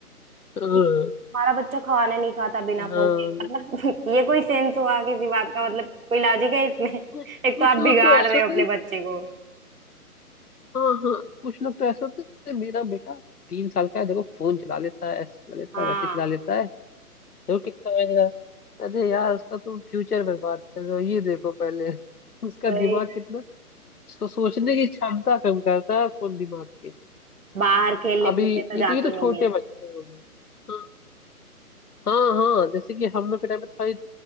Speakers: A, on the left (about 75°); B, on the right (about 60°).
A: हाँ
B: कि हमारा बच्चा खाना नहीं खाता बिना
A: कि हाँ
B: फोन के
A: मेरे
B: मतलब <laughs> ये कोई सेंस हुआ किसी बात का मतलब कोई लॉजिक है इसमें <laughs>
A: कुछ
B: एक
A: कुछ
B: तो आप
A: लोग
B: बिगाड़
A: तो ऐसे
B: रहे
A: होते
B: हो अपने
A: हैं
B: बच्चे को
A: हाँ हाँ कुछ लोग तो ऐसे होते हैं मेरा बेटा तीन साल का है देखो फोन चला लेता है ऐसे चला लेता
B: हाँ
A: है वैसे चला लेता है देखो कितना महंगा अरे यार उसका तुम फ्यूचर बर्बाद कर रहे हो ये देखो पहले <laughs> उसका
B: वही
A: दिमाग कितना उसको सोचने की क्षमता कम करता है फोन दिमाग के
B: बाहर खेलने
A: अभी
B: कूदने तो
A: ये
B: जाते
A: तो ये तो छोटे
B: नहीं है
A: बच्चे हो गए हाँ हाँ हाँ, जैसे कि हम लोग के टाइम पे तो भाई